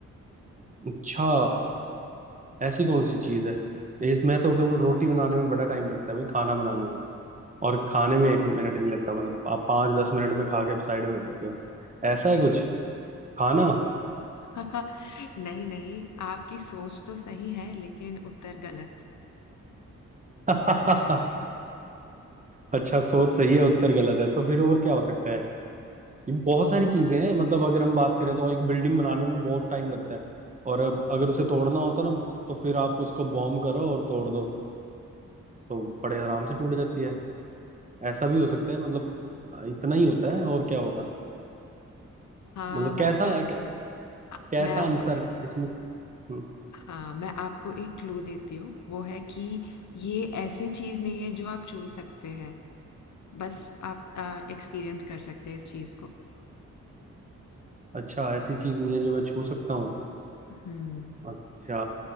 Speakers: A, on the right (about 25°); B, on the left (about 65°).
A: अच्छा ऐसी कौन सी चीज है ये- मैं तो कहूँ रोटी बनाने में बड़ा टाइम लगता है भाई खाना बनाने में और खाने में एक मिनट नहीं लगता मतलब आप पाँच दस मिनट में खा के साइड में हो जाते हो ऐसा है कुछ खाना
B: <laughs> नहीं नहीं आपकी सोच तो सही है लेकिन उत्तर गलत
A: <laughs> अच्छा सोच सही है उत्तर गलत है तो फिर और क्या हो सकता है ये बहुत सारी चीजें हैं मतलब अगर हम बात करें तो एक बिल्डिंग बनाने में बहुत टाइम लगता है और अब अगर उसे तोड़ना होता ना तो फिर आप उसको बॉम्ब करो और तोड़ दो तो बड़े आराम से टूट जाती है ऐसा भी हो सकता है मतलब इतना ही होता है और क्या होगा
B: हाँ
A: मतलब
B: मतलब
A: कैसा क्या,
B: आ-
A: कैसा
B: मैं आपको
A: आंसर इसमें हम्म,
B: हाँ मैं आपको एक क्लू देती हूँ वो है कि ये ऐसी चीज नहीं है जो आप छू सकते हैं बस आप एक्सपीरियंस कर सकते हैं इस चीज को
A: अच्छा ऐसी चीज नहीं है जो मैं छू सकता हूँ
B: हम्म
A: अच्छा